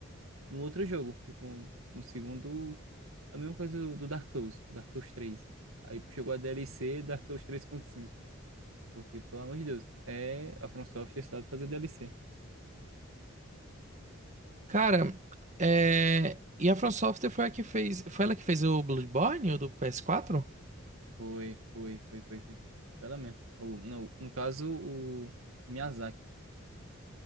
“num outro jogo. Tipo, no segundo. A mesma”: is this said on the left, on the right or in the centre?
Right